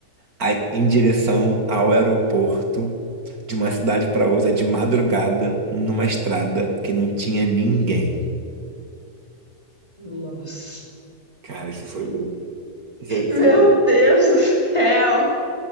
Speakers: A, on the right (about 65°); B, on the left (about 20°).
A: aí em direção ao aeroporto, de uma cidade para outra, de madrugada, numa estrada que não tinha ninguém.
B: Nossa.
A: Cara, isso foi louco. Isso aí foi
B: Meu
A: louco.
B: Deus do céu!